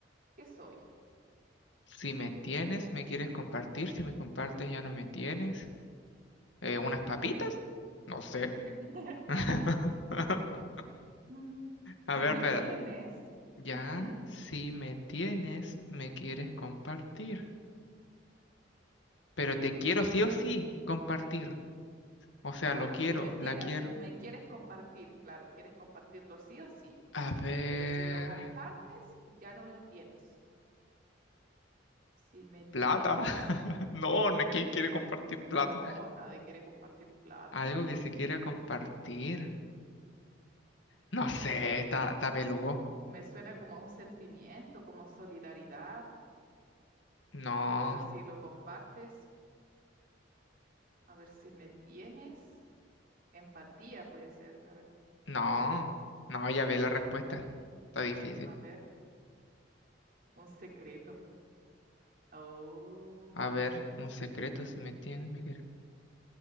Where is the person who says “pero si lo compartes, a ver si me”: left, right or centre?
Right